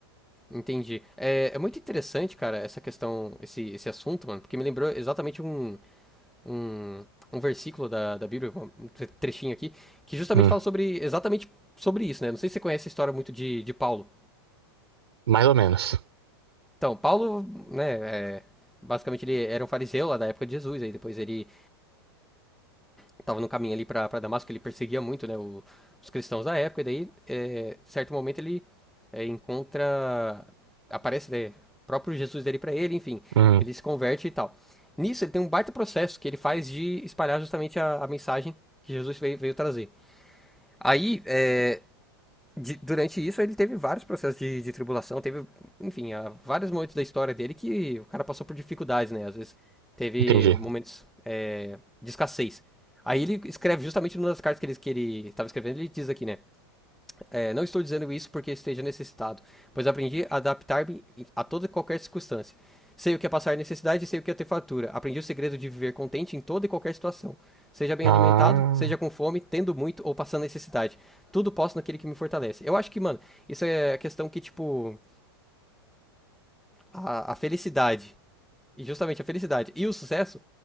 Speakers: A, in the centre; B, on the right (about 85°).
A: Entendi. É, é muito interessante, cara, essa questão, esse, esse assunto, mano, porque me lembrou exatamente um, um, um versículo da, da Bíblia, um trechinho aqui, que justamente
B: Hum,
A: fala sobre, exatamente sobre isso, né? Não sei se você conhece a história muito de, de Paulo.
B: mais ou menos.
A: Então, Paulo, né, é, basicamente ele era um fariseu lá da época de Jesus, aí depois ele estava no caminho ali para Damasco, ele perseguia muito né, o- os cristãos da época, e daí, é, certo momento, ele é, encontra. Aparece né, o próprio Jesus dele para ele, enfim,
B: Hum,
A: ele se converte e tal. Nisso, ele tem um baita processo que ele faz de espalhar justamente a, a mensagem que Jesus veio, veio trazer. Aí, é, de- durante isso ele teve vários processos de, de tribulação, teve, enfim, há vários momentos da história dele que o cara passou por dificuldades, né? Às vezes teve
B: entendi.
A: momentos é, de escassez. Aí ele escreve justamente numa das cartas que ele, estava que ele tava escrevendo, ele diz aqui, né? É, não estou dizendo isso porque esteja necessitado, pois aprendi a adaptar-me a toda e qualquer circunstância. Sei o que é passar necessidade e sei o que é ter fartura. Aprendi o segredo de viver contente em toda e qualquer situação. Seja bem
B: Ah,
A: alimentado, seja com fome, tendo muito ou passando necessidade. Tudo posso naquele que me fortalece. Eu acho que, mano, isso é a questão que, tipo, a, a felicidade, e justamente a felicidade e o sucesso